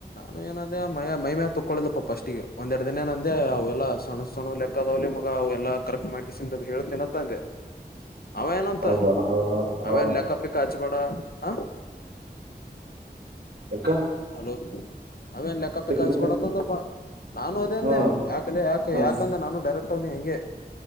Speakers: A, on the left (about 60°); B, on the right (about 75°).
A: ನ ಏನಂದ ಮೈಮ್ಯಾಲ ತಕ್ಕೊಳಿದಪ್ಪ ಫಸ್ಟಿಗೆ ಒಂದೆರ ದಿನ ಏ ಅಂದೆ ಅವೆಲ್ಲ ಸಣ್ಣ ಸಣು ಲೆಕ್ಕದವಲಿ ಮಗ ಎಲ್ಲಾ ಕರೆಕ್ಟ್ ಮಾಡ್ಿಂದ ಹ ತಿನ್ನತ್ತಂದೆ ಅವೇ ಏನಂತ
B: ಹೌದಾ ಹ
A: ಅವೇನ್
B: ಹಾ
A: ಲೆಕ್ಕಪಿಕ್ಕ ಬಡ ಆ
B: ಹ್ಮ್ಮ್.
A: ಹಲೋ. ಅವೇನ್ ಲೆಕ್ಕ ಪಿಕ್ಕ ಹಚ್ಚಿಬಡತ್ತಂದಪ್ಪಾ
B: ಇದಕ್ಕೆ
A: ನಾನು ಅದೇಂದೆ
B: ಹ್ಮ್
A: ಯಾಕ ಯಾಕೆ
B: ಹ್ಮ್
A: ಯಾಕಂದ್ರೆ ನಾನು ಡೈರೆಕ್ಟ್. ವನಿ ಹೆಂಗೆ.